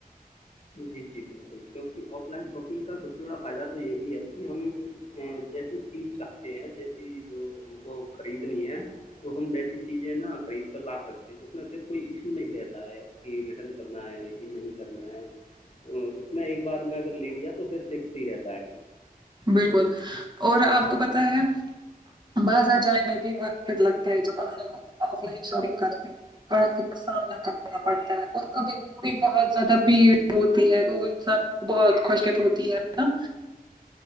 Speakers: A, on the left; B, on the right.
A: جی جی بالکل کیکہ آف لائن شاپنگ کا سب سے بڑا فائدہ تو یہی ہے کہ ہم ا جیسی چیز چاہتے ہیں جیسی جو ہم کو خریدنی ہے تو ہم ویسی چیزیں نا خرید کر لا سکتے اس میں پھر کوئی ایشو نہیں رہتا ہے کہ ریٹرن کرنا ہے ہے کہ نہیں کرنا ہے اس میں ایک بار میں اگر لے لیا تو پھر سکس ہی رہتا ہے
B: بالکل اور آپ کو پت ہے بازار جانے میں بھی وقت لگتا ہے جب ہم آف لائن شاپنگ کرتے ہیں ی کا سامنا کرنا پڑتا ہے اور کبھی بھی بہت زیادہ بھیڑ ہوتی ہے وہ انسان کو بہت خوشکت ہوتی ہے ہے نا